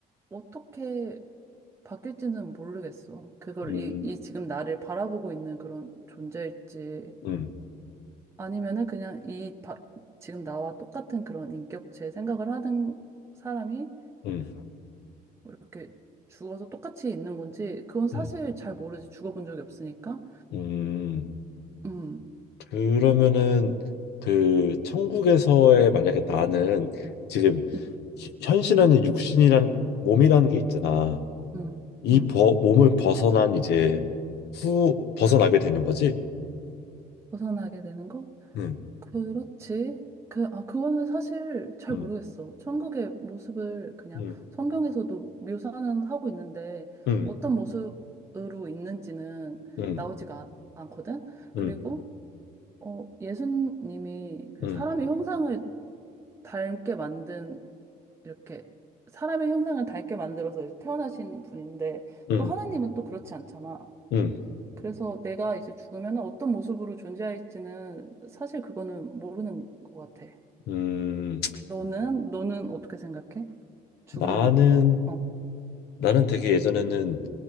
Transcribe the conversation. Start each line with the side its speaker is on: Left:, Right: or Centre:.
Right: 어떻게 바뀔지는 모르겠어. 그걸
Left: 응,
Right: 이, 이 지금 나를 바라보고 있는 그런 존재일지,
Left: 응,
Right: 아니면은 그냥 이 바- 지금 나와 똑같은 그런 인격체 생각을 하는 사람이
Left: 응,
Right: 이렇게 죽어서 똑같이 있는 건지 그건 사실
Left: 응,
Right: 잘 모르지 죽어본 적이 없으니까
Left: 응.
Right: 음,
Left: 그러면은 그 천국에서의 만약에 나는 지금
Right: 음,
Left: 히- 현실 안에 육신이란 몸이라는 게 있잖아.
Right: 음,
Left: 이
Right: 음.
Left: 버, 몸을 벗어난 이제 후 벗어나게 되는 거지.
Right: 벗어나게 되는 거?
Left: 응,
Right: 그렇지. 그, 아, 그거는 사실 잘
Left: 응,
Right: 모르겠어. 천국의 모습을 그냥
Left: 응,
Right: 성경에서도 묘사는 하고 있는데
Left: 응,
Right: 어떤 모습으로 있는지는
Left: 응,
Right: 나오지가 않거든? 그리고,
Left: 응,
Right: 어, 예수님이 그
Left: 응,
Right: 사람의 형상을 닮게 만든 이렇게 사람의 형상을 닳게 만들어서 이제 태어나신 분인데
Left: 응,
Right: 또 하나님은
Left: 응.
Right: 또 그렇지 않잖아.
Left: 응.
Right: 그래서 내가 이제 죽으면 어떤 모습으로 존재할지는 사실 그거는 모르는 것 같아.
Left: 음,
Right: 너는 너는 어떻게 생각해? 죽으면
Left: 나는
Right: 어, 어,
Left: 나는 되게 예전에는